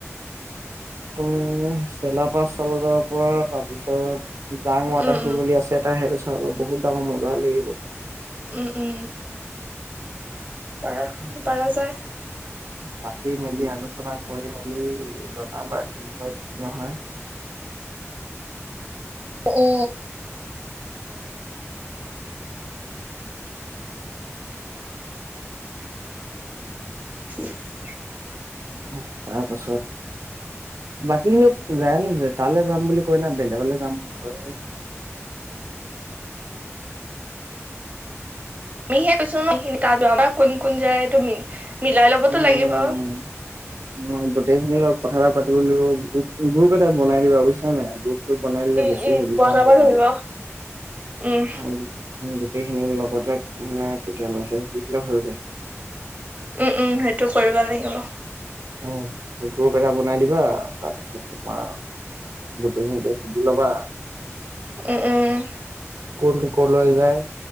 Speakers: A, on the right; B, on the right.
A: উম চেলা পাচ ছ বজাৰ পৰা তাৰপিছত জাং ৱাটাৰ
B: উম
A: এটা সুল
B: উম
A: বুলি আছে এটা সেইটো খাব বহুত ডাঙৰ মজা লাগিব
B: উম উম পাৰা
A: <unintelligible>
B: পাৰা যায়
A: মাতি মেলি আলোচনা কৰি মেলি জনাবা কি হয় নহয়
B: অ <unintelligible>
A: তাৰ পাছত বাকীখিনি যায় নাযায় তালে যাম বুলি কয় না বেলেগলে যাম বুলি কয়
B: তুমিহে কৈছ ন এখিনি তা যোৱাবা‌ৰ কোন কোন যায় তুমি মিলাই ল'বতো
A: উম
B: লাগিব
A: অ গোটেইখিনিৰ <unintelligible> গ্ৰুপ এটা বনাই দিবা বুজিছা নাই গ্ৰুপটো বনাই দিলে
B: উম
A: বেছি
B: উম
A: সুবিধা
B: বনাব
A: হব মানে
B: লাগিব উম
A: আৰু গোটেইখিনিৰ লগতে ম তেতিয়া মেছেজ দি দিলে হৈ গ'ল
B: উম উম সেট- টো কৰিব লাগিব
A: অ গ্ৰুপ এটা বনাই দিবা তাৰ পাছত তোমাৰ গোটেইখিনিকে সুধি লবা
B: উম উম
A: কোন কলৈ যায়